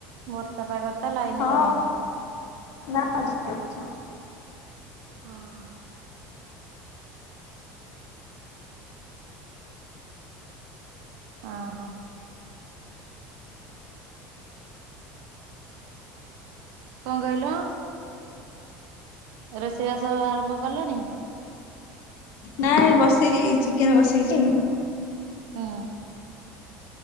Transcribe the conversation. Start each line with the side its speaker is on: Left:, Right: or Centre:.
Right: ବର୍ଷା ପାଗରେ ତ ଲାଇନ
Left: ହଁ
Right: ରହେନି।
Left: ନା ଆଜି ଅଛି।
Right: ହଁ। ଅ ହୋ। କଣ କହିଲ? ରୋଷେଇବାସ ଆରମ୍ଭ କଲଣି?
Left: ନାଇଁ ବସେଇଚି ଚିକେନ ବସେଇଚି।
Right: ହଁ।